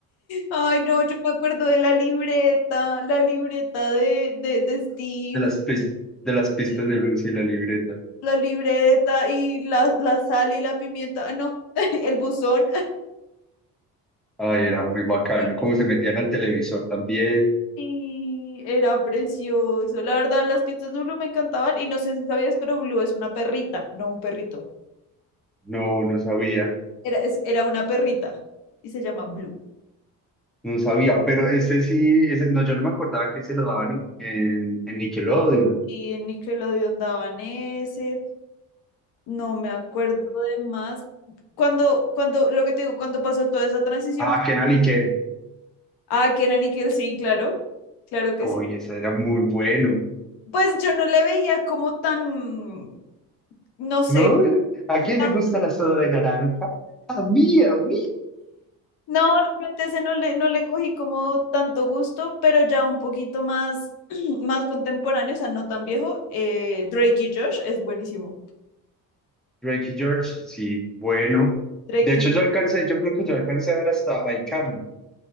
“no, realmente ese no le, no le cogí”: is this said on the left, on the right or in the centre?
Left